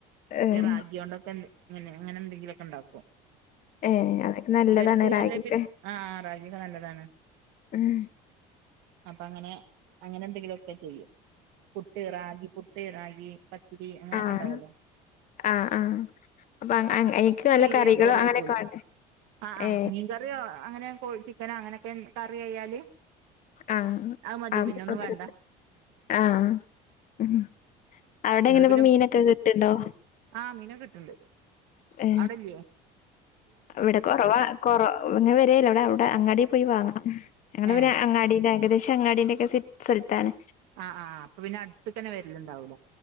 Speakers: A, on the left; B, on the right.
A: ഏഹ്
B: ഈ റാഗി കൊണ്ടൊക്കെ അങ്ങനെ എന്തെങ്കിലുമോക്കെ ഉണ്ടാക്കും
A: ഏഹ് അതൊക്കെ നല്ലതാണ്
B: ഇവർക്ക്
A: റാഗിയൊക്കെ
B: എല്ല പിന്നേ ആഹ റാഗിയൊക്കെ നല്ലതാണ്
A: ഉം.. !
B: അപ്പ അങ്ങനെ.. അങ്ങനെ എന്തെങ്കിലുംമൊക്കെ ചെയ്യും. പുട്ട്, റാഗി, പുട്ട് റാഗി. പത്തിരി അങ്ങനെയൊക്കെ
A: ആഹ
B: ഉണ്ടാവല്ലോ
A: ആഹ ആഹ അപ്പൊ നല്ല
B: തീരെ
A: കറികള്
B: ചോറ് കഴിക്കുല്ലാ
A: അങ്ങനെയൊക്കെ വേണ്ടേ
B: ആഹാ ആഹാ
A: ഏ
B: മീൻകറിയോ അങ്ങനെ ചിക്കനോ അങ്ങനെയൊക്കെ കറി ആയാല്
A: ആഹ്
B: ആ മതി
A: ആഹ്
B: പിന്ന ഒന്നും വേണ്ട
A: ആഹ് ഉം അവിടെ
B: നിങ്ങള്
A: എങ്ങനെ
B: പിന്നെ,
A: ഇപ്പോ മീനൊക്കെ കിട്ടുണ്ടോ
B: ആ മീനൊക്കെ കിട്ടണൊണ്ട്
A: ഏ
B: അവിടില്ലേ
A: ഇവിടെ കൊറവാ കൊറ ഇങ് വരല്ലോ ഇവിടെ അവിടെ അങ്ങാടി പോയി വാങ്ങണം ഞങ്ങള്
B: ഏഹ്
A: പിന്നെ അങ്ങാടി ഏകദേശം അങ്ങാടിന്റെ ഒക്കെ സ്ഥലത്താണ്
B: ആഹ് ആ് അപ്പൊ പിന്നെ അടുത്ത തന്നെ വരലുണ്ടാവൂല്ലേ